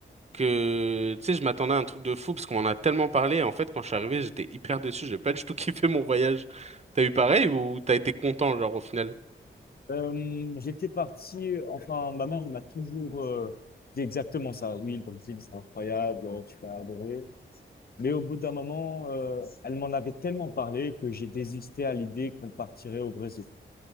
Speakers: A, on the right (about 30°); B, on the left (about 50°).
A: que tu sais, je m'attendais à un truc de fou parce qu'on en a tellement parlé. Et en fait, quand je suis arrivé, j'étais hyper déçu. J'ai pas du tout <laughs> kiffé mon voyage. T'as eu pareil ou t'as été content genre au final?
B: Euh, j'étais parti, enfin, ma mère m'a toujours euh, dit exactement ça. Oui, comme tu dis, c'est incroyable, tu vas adorer. Mais au bout d'un moment, euh, elle m'en avait tellement parlé que j'ai désisté à l'idée qu'on partirait au Brésil.